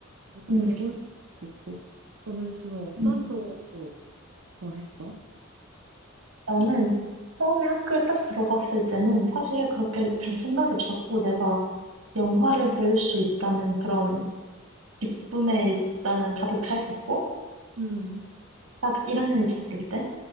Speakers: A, on the right (about 65°); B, on the right (about 80°).
A: 뭐
B: 음.
A: 대본도 있고 너는 주로 어떤
B: 음.
A: 쪽으로 더 했어?
B: 나는 처음에 학교에 딱 들어갔을 때는 사실 그렇게 별 생각이 없었고 내가 영화를 배울 수 있다는 그런 기쁨에 일단은 가득 차 있었고
A: 음,
B: 딱 1학년이 됐을 때